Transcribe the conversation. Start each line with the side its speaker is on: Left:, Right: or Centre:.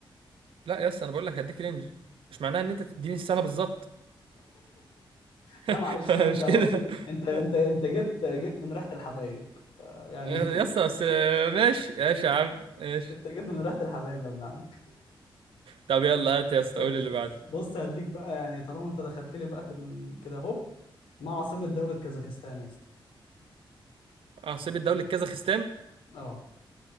Right: لا يا اسطى انا بقول لك هديك رينج مش معناها ان انت تديني السنة بالظبط
Left: لا معلش
Right: <laughs>
Left: بقى انت
Right: مش
Left: بص
Right: كده
Left: انت انت
Right: <laughs>
Left: انت جيت جيت من ريحه الحبايب آه، يعني
Right: يا
Left: <laughs>
Right: اسطى بس آه، ماشي ماشي يا عم ماشي
Left: انت جيت من ريحه الحبايب يا ابن عم
Right: طب يلا هات يا اسطى
Left: ماشي
Right: قول اللي
Left: يا
Right: بعده
Left: اسطى بص هديك بقى يعني طالما انت دخلت لي بقى في ال... كده اهو ما عاصمة دولة كازاخستان يا اسطى
Right: عاصمة دولة كازاخستان
Left: اه